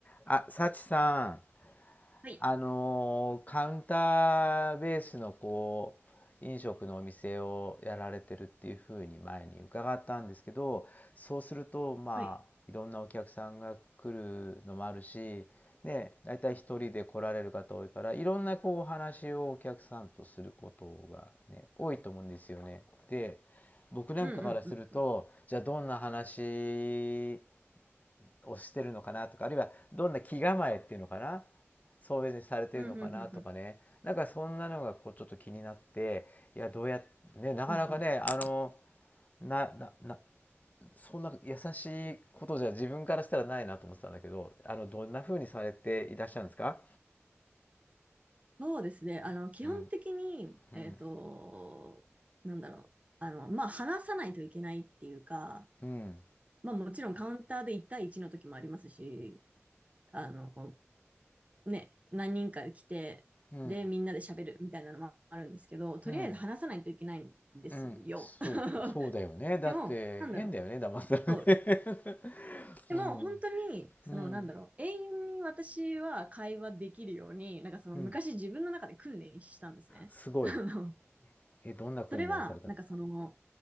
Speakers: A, on the left (about 35°); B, on the right (about 30°).
A: あ、サチさん、
B: はい。
A: あのーカウンターベースのこう、飲食のお店をやられてるっていうふうに前に伺ったんですけど、そうすると、まあ、
B: はい。
A: いろんなお客さんが来るのもあるし、ね、大体一人で来られる方多いから、いろんなこうお話をお客さんとすることがね、多いと思うんですよね。で、僕なんかからすると、
B: うんうんうんうん。
A: じゃあどんな話をしてるのかなとかあるいはどんな気構えっていうのかなそういうふうにされてるのかなとかねなんかそんなのがこうちょっと気になっていやどうやってねなかなかねあの
B: うんうんうんうん。うん
A: なななそんな優しいことじゃ自分からしたらないなと思ってたんだけどあのどんなふうにされていらっしゃるんですか
B: そうですね。あの、基本的に、
A: うんうん
B: えっと、なんだろう。あの、まあ、話さないといけないっていうか、
A: うん
B: まあ、もちろんカウンターで1対1の時もありますし、あの、ね、何人か来て、
A: うんうん
B: で、みんなで喋るみたいなのもあるんですけど、とりあえず話さないといけないんですよ。
A: うんうんそうかそうだよねだって変だよね騙されて
B: <laughs> でも、なんだろう。
A: <laughs>
B: でも本当に、
A: うん
B: そのなんだろう、
A: うん
B: 永遠に私は会話できるように、なんかその昔自分の中で訓練したんですね。
A: うんすごい
B: <laughs> あの
A: え、どんな訓練をされたんですか
B: それは、なんかその、